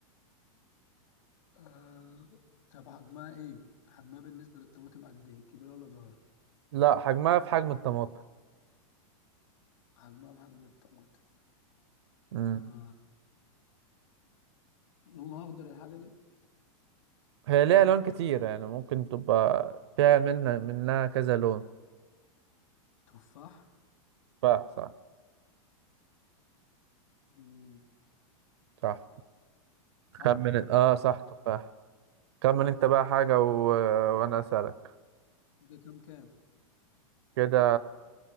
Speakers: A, on the left; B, on the right.
A: آه طب حجمها إيه؟ حجمها بالنسبة للطماطم قد إيه؟ كبيرة ولا صغيرة؟
B: لا حجمها في حجم الطماطم
A: حجمها بحجم الطماطم
B: مم.
A: آه لونها أخضر الحاجة دي
B: هي ليها لون كتير يعني ممكن تبقى فيها منها منها كذا لون
A: تفاح
B: تفاح صح
A: مم،
B: صح
A: صح؟
B: خمن إن- اه صح تفاح خمن
A: مم.
B: انت بقى حاجة و... وانا اسألك
A: ده كام كام؟
B: كده